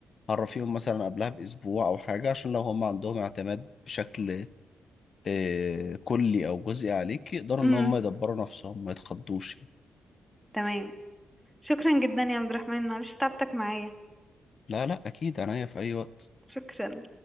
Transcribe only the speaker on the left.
عرفيهم مثلا قبلها بأسبوع أو حاجة عشان لو هم عندهم اعتماد بشكل آه، كلي أو جزئي عليك يقدروا
إن هم يدبروا نفسهم ما يتخضوش
لا لا اكيد عناية في اي وقت